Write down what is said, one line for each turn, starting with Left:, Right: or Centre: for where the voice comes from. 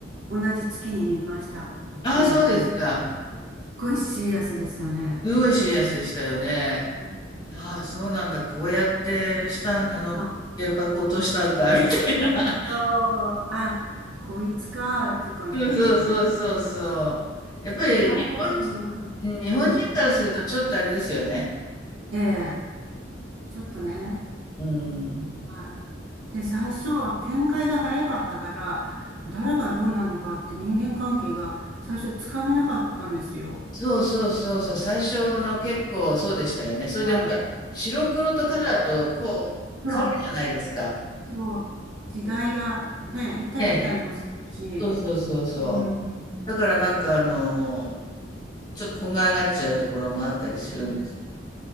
Right: 同じ月に見ました。オッペンハイマー。
Left: ああ、そうですか。
Right: すっごいシリアスですよね。
Left: すごいシリアスでしたよね。
Right: ね
Left: ああ、そうなんだ。こうやってしたん、
Right: え
Left: あの、
Right: あ、
Left: 原爆落としたんだ、みたいな。
Right: そうあ、こいつかっていう感じでしたよね。
Left: そうそうそうそうそう。やっぱり日本人、
Right: で、最初あのはい
Left: 日本人からするとちょっとあれですよね。
Right: いや、ええ、ちょっとね。
Left: うん。
Right: はい。で、最初、展開が早かったから、誰がどうなのかって人間関係が最初つかめなかったんですよ。
Left: そうそうそうそう。最初の結構そうでしたよね。それでほら、
Right: はい。
Left: 白黒とカラーとこう、
Right: そう、
Left: 変わるじゃないですか。
Right: そう、時代がね、行ったり来たりもするし、
Left: ね、じそうそうそうそう。
Right: うん。
Left: だからなんかあのちょっとこんがらがっちゃうところもあったりするんですけど。
Right: ね